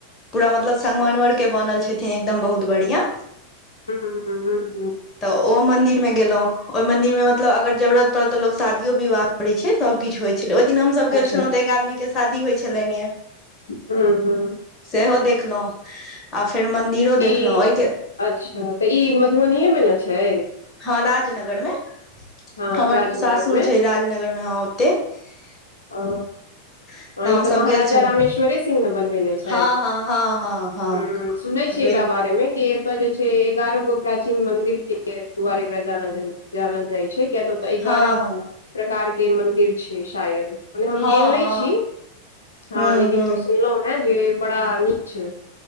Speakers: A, on the left (about 20°); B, on the left (about 70°).
A: पूरा मतलब
B: अच्छा
A: संगमर
B: अच्छा
A: के बनल छथिन एकदम बहुत बढ़िआ
B: हँ हँ हँ हँ
A: तऽ ओ मंदिर मे गेलों ओहि मंदिर मे मतलब अगर जरूरत पड़ल तऽ लोग शादियो विवाह करैत छै सब किछु होइ छै छल ओहि दिन हमसभ
B: अच्छा
A: गेल छलहुँ तऽ एक आदमीके शादी होइ छलनि ये
B: हँ हँ
A: सेहो देखलहुँ आ फेर मंन्दिरो देखलहुँ
B: ई
A: ओहिके
B: अच्छा तऽ ई मधुबनिये मे ने छै
A: हँ राजनगरमे
B: हँ
A: हमर
B: राजनगर
A: सासुर
B: मे
A: छै राजनगरमे हं ओतै तऽ
B: ओ हँ, ई
A: हमसभ
B: तऽ महाराजा
A: गेल छलहु
B: रामेश्वरे सिंह ने बनबेने छथि
A: हँ हँ हँ हँ हँ
B: ह सुनै छीयै
A: बिल
B: एकरा बारे मे कि ओत जे छै एगारह गो प्राचीन मंदिर के दुआरे एकरा जानल जानल जाइ छै किया तऽ ओतऽ एगारह
A: हँ हँ
B: प्रकार के मंदिर छै शायद मने हम
A: हँ
B: गेल नहि
A: हँ
B: छी हँ
A: हूँ
B: लेकिन
A: हूँ
B: हम सुनलहुँ है जे बड़ा नीक छै